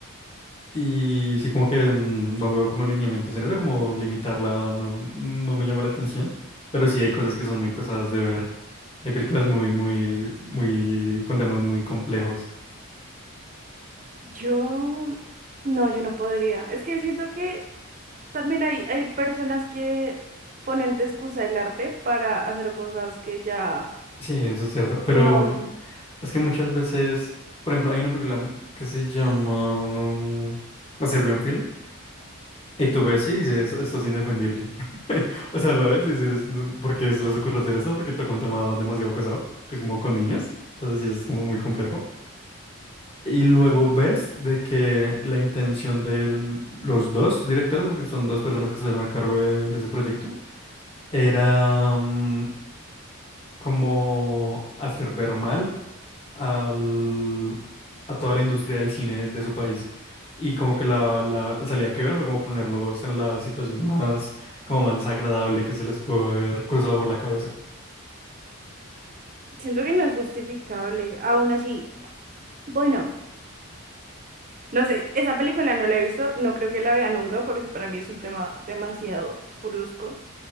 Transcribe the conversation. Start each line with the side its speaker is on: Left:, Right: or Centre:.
Left: Y sí como que mm, no veo como lineamientos en eso, como limitarla no, no me llama la atención, pero sí hay cosas que son muy pesadas de ver. Hay películas muy, muy, muy, con temas muy complejos.
Right: Yo, no, yo no podría. Es que siento que también hay, hay personas que ponen de excusa el arte para hacer cosas que ya
Left: Sí, eso es cierto, pero
Right: no,
Left: mm, es que muchas veces, por ejemplo, hay una película que se llama mm, A Serbian Film Y tú ves, sí, dices, esto es indefendible. <laughs> O sea, la ves y dices, porque se les ocurre hacer eso? Porque toca un tema demasiado pesado, que es como con niños. Entonces sí, es como muy complejo. Y luego
Right: eh,
Left: ves de que la intención de los dos directores, porque son dos personas que estuvieron a cargo de, de ese proyecto, era mm, como hacer ver mal al- a toda la industria del cine de su país. Y como que la, la, la salida que vieron fue como ponerlos en la situación más, como más desagradable que se les pudo haber cruzado por la cabeza.
Right: siento que no es justificable. Aún así, bueno. No sé, esa película no la he visto, no creo que la vea nunca porque para mí es un tema demasiado brusco,